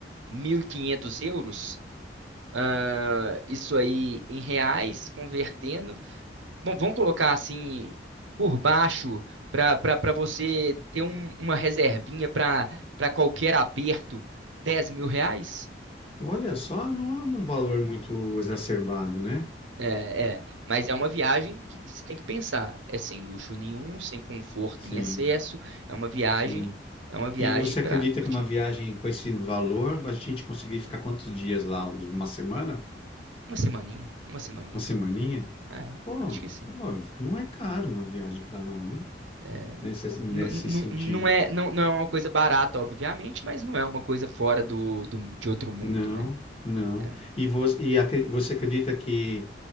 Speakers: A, on the right; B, on the left.
A: mil e quinhentos euros ah, isso aí em reais, convertendo. Bom, vamos colocar assim por baixo para para você ter um- uma reservinha para para qualquer aperto, dez mil reais?
B: Olha só, não é um valor muito exacerbado, né?
A: É, é, mas é uma viagem que você tem que pensar. É sem luxo nenhum, sem conforto
B: Sim,
A: em excesso. É uma viagem,
B: sim.
A: é uma viagem
B: E você acredita
A: para curtir.
B: que uma viagem com esse valor, a gente conseguir ficar quantos dias lá? Uns- Uma semana?
A: Uma semaninha, uma semaninha.
B: Uma semaninha?
A: É,
B: Pô,
A: acho que sim.
B: pô, não é caro uma viagem para lá, né?
A: É,
B: Nesse, nesse
A: N- n-
B: sentido.
A: Não é, não, não é uma coisa barata, obviamente, mas não é uma coisa fora do, do- de outro mundo,
B: Não,
A: né?
B: não.
A: É,
B: E, vo, e acre- você acredita que,